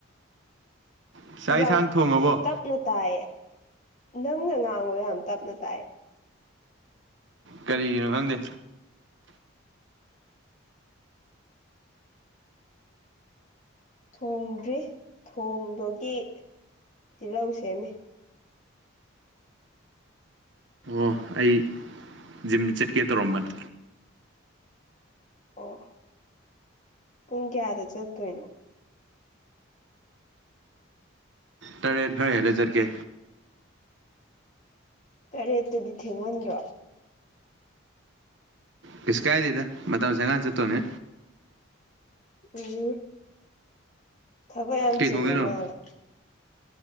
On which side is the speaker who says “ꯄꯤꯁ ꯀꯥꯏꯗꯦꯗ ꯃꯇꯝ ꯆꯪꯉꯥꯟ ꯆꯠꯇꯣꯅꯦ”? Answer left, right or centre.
Right